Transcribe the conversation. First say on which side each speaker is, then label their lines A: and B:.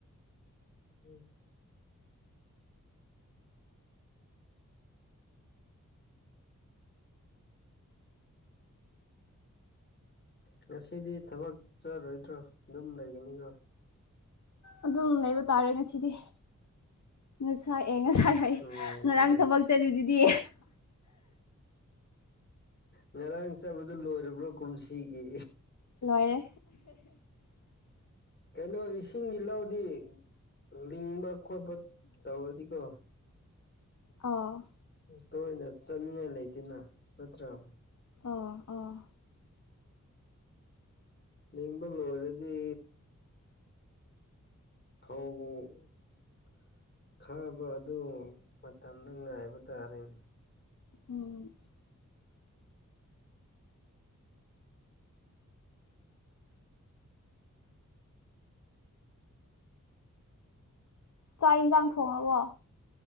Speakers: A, on the left; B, on the left.
A: ꯎꯝ ꯉꯁꯤꯗꯤ ꯊꯕꯛ ꯆꯠꯔꯣꯏꯗ꯭ꯔꯣ ꯑꯗꯨꯝ ꯂꯩꯒꯅꯤꯀꯣ
B: ꯑꯗꯨꯝ ꯂꯩꯕ ꯇꯥꯔꯦ ꯉꯁꯤꯗꯤ ꯉꯁꯥꯏ ꯑꯦ ꯉꯁꯥꯏ ꯍꯥꯏ
A: ꯅꯨꯡꯉꯥꯏꯔꯦꯅꯦ
B: ꯉꯔꯥꯡ ꯊꯕꯛ ꯆꯠꯂꯨꯗꯨꯗꯤ
A: ꯉꯔꯥꯡ ꯆꯠꯕꯗ ꯂꯣꯏꯔꯕ꯭ꯔꯣ ꯀꯨꯝꯁꯤꯒꯤ
B: ꯂꯣꯏꯔꯦ
A: ꯀꯩꯅꯣ ꯏꯁꯤꯡꯒꯤ ꯏ ꯂꯧꯗꯤ ꯂꯤꯡꯕ ꯈꯣꯠꯄ ꯇꯧꯔꯗꯤꯀꯣ
B: ꯑ
A: ꯇꯣꯏꯅ ꯆꯠꯅꯤꯡꯉꯥꯏ ꯂꯩꯇꯅ ꯅꯠꯇ꯭ꯔꯒ
B: ꯑ ꯑꯣꯥ
A: ꯅꯤꯡꯕ ꯂ ꯑꯣꯏꯔꯗꯤ ꯊꯧ <unintelligible> ꯈꯥꯕ ꯑꯗꯨ ꯃꯇꯝꯗ ꯉꯥꯏꯕ ꯇꯥꯔꯦꯅꯦ
B: ꯎꯝ ꯆꯥꯛ ꯌꯦꯟꯁꯥꯡ ꯊꯣꯡꯉꯕꯣ